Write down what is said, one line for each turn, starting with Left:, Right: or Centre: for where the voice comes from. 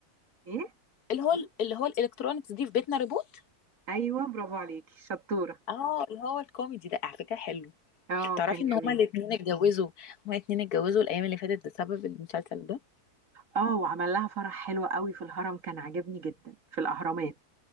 Right: ايه؟
Left: اللي هو اللي هو الالكترونكس دي في بيتنا روبوت
Right: ايوه برافو عليكي شطورة
Left: اه اللي هو الكوميدي ده على فكره حلو
Right: اه
Left: تعرفي
Right: كان
Left: ان
Right: جميل
Left: هما الاثنين اتجوزوا هما الاثنين اتجوزوا الايام اللي فاتت بسبب المسلسل ده
Right: اه وعمل لها فرح حلو قوي في الهرم كان عاجبني جدا في الاهرامات